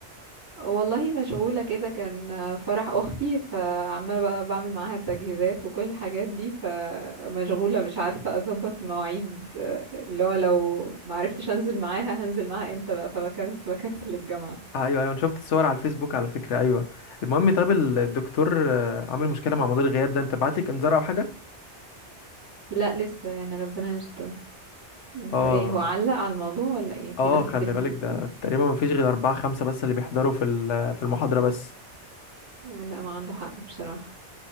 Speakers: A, on the right; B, on the left.
A: والله مشغولة كده كان آه، فرح اختي فعمالة بقى بعمل معاها التجهيزات وكل الحاجات دي فمشغولة مش عارفة اظبط مواعيد آه، اللي هو لو معرفتش انزل معاها هنزل معاها امتى بقى فبكن بكنسل الجامعة
B: آه ايوه ايوه انا شفت الصور على الفيسبوك على فكره ايوه المهم طب الدكتور آه، عامل مشكله مع موضوع الغياب ده انت بعت لك انذار او حاجه
A: لا لسه يعني ربنا يستر انت
B: اه
A: ايه هو علق على الموضوع ولا ايه في
B: اه
A: ناس
B: خلي
A: كتير مش
B: بالك
A: بتروح
B: ده تقريبا ما فيش غير اربعة خمسة بس اللي بيحضروا في ال- في المحاضره بس
A: آه، لا ما عنده حق بصراحة